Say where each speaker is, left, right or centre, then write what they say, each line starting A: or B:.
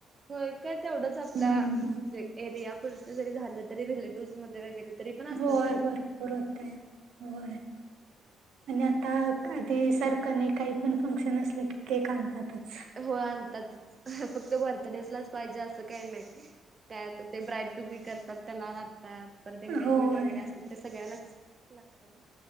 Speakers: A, on the right; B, on the right.
A: होय काय तेवढंच आपल्या
B: हम्म
A: म्हणजे एरिया पुुरत जरी झालं तरी रिलेटिव्ह मध्ये वगैरे तरी पण असतात
B: होय भरपूर होते होय. आणि आता आधी सारखं नाही काही पण फंक्शन असलं की केक आणतातच
A: होय आणतात फक्त बर्थडेज लाच पाहिजे असं काही नाही. काय तर ते ब्राईट टुबी करतात त्याला लागतात परत एंगेजमेंट
B: होय
A: वगैरे असल तरी सगळ्यालाच लागतं ना